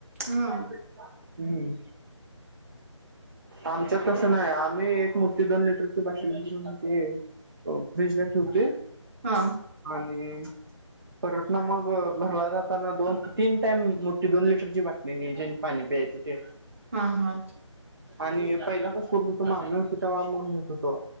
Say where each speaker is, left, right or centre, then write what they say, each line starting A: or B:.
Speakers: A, on the right; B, on the right.
A: हा
B: ब हम्म आमच्यात कसं नाही आम्ही एक मोठी दोन लिटरची बाट घ ते फ्रीज ला ठेवते
A: हा
B: ह परत ना मग घरला जाताना दोन तीन टाइम मोठी दोन लिटरची बाटली नाही जे पाणी पियचं ते
A: हा हा अच्छा
B: आणि पहिला कस करत होतो माम्मी होती तेव्हा मून घेत होतो